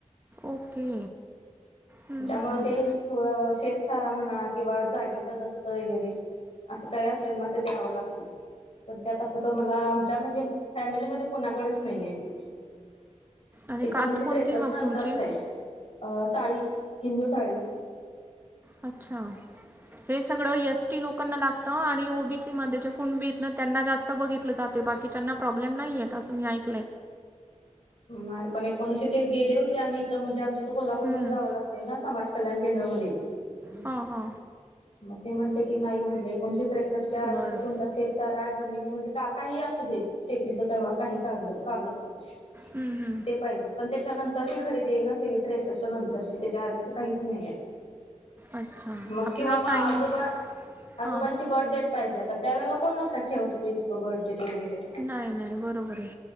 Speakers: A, on the right; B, on the left.
A: ओके! हं,
B: त्यामुळ
A: हं, हं.
B: ते क शेतसारा म्हणा किंवा जागेचं दस्त वगैरे. असं काय असंना ते द्यावं लागते ते पण ते आता कुठं मला आमच्या म्हणजे फॅमिलीमध्येध्ये कोणाकडेच नाहीये ते.
A: आणि
B: एकोणीसशे
A: कास्ट कोणती
B: त्रेसष्ट
A: मग
B: नंतरच
A: तुमची?
B: आहे अ साळी हिंदू साळी.
A: अच्छा ते सगळं यस्. लोकांना लागतं आणि ओबीसी मध्ये जे कुणबी त्यांना जास्त बघितलं जाते बाकी च्यांना प्रॉब्लेम नाहीयेत असं मी ऐक.
B: नाही पण एकोणीशी ते गेले होते आम्ही इथ म्हणजे आमचे त कोल्हापूरमध्ये
A: हं.
B: जावं लागते ना समाज कल्याण केंद्रमध्ये.
A: हा हा
B: मग ते म्हणते की नाही म्हटले एकोणीशे त्रेसष्टच्या आधीचा
A: बरं.
B: तुमचा शेेत सारा जमिनी म्हणजे का काही असू दे, शेतीच केव्हा काही का कागदपत्रे
A: हं, हं.
B: ते पाहिजेत. पण त्याच्यानंतरची खरेदी आहे ना सग त्रेसष्ट नंतरची त्याच्या आधीचं काहीच नाही आहे.
A: अच्छा.
B: मग
A: आपला
B: किंवा मग आजोबा
A: टाईम
B: आजोबांची
A: हां.
B: बर्थडेट. पाहिजे आता त्या वेला कोण लक्षात ठेवत होते इतकं बर्डेट वगैरे.
A: नाही नाही बरोबर आहे.